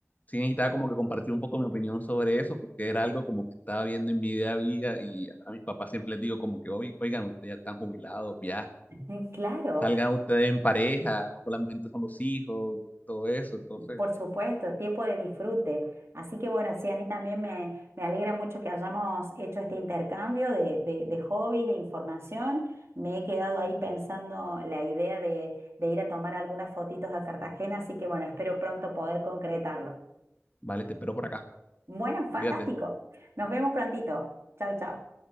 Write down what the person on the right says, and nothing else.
<laughs> claro.
Por supuesto, tiempo de disfrute. Así que bueno, sí, a mí también me, me alegra mucho que hayamos hecho este intercambio de, de- de hobbies, de información. Me he quedado ahí pensando la idea de, de ir a tomar algunas fotitos a Cartagena, así que bueno, espero pronto poder concretarlo.
Bueno,
fantástico. Nos vemos prontito. Chau, chau.